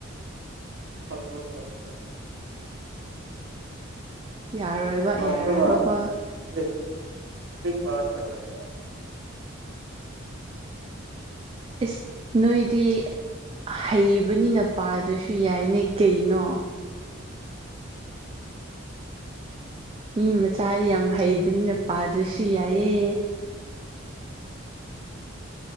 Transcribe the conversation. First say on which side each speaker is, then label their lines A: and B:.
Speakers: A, on the right; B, on the right.
A: <unintelligible>
B: ꯌꯥꯔꯣꯏꯕ
A: ꯄꯥꯗ꯭ꯔꯒ
B: ꯌꯥꯔꯣꯏꯕꯀꯣ
A: ꯅꯠꯇꯦ ꯂꯥꯏꯔꯤꯛ ꯄꯥꯇ꯭ꯔꯒ ꯑꯦꯛꯖꯥꯝ <unintelligible>
B: ꯏꯁ ꯅꯣꯏꯗꯤ ꯍꯩꯕꯅꯤꯅ ꯄꯥꯗ꯭ꯔꯁꯨ ꯌꯥꯏꯅꯦ ꯀꯩꯅꯣ ꯃꯤ ꯃꯆꯥꯗꯤ ꯌꯥꯝ ꯍꯩꯕꯅꯤꯅ ꯄꯥꯗ꯭ꯔꯁꯨ ꯌꯥꯏꯌꯦ